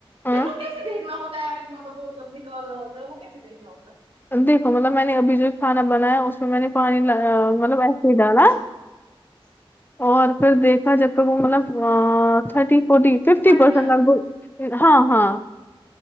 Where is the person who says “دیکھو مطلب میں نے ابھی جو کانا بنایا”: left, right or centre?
Left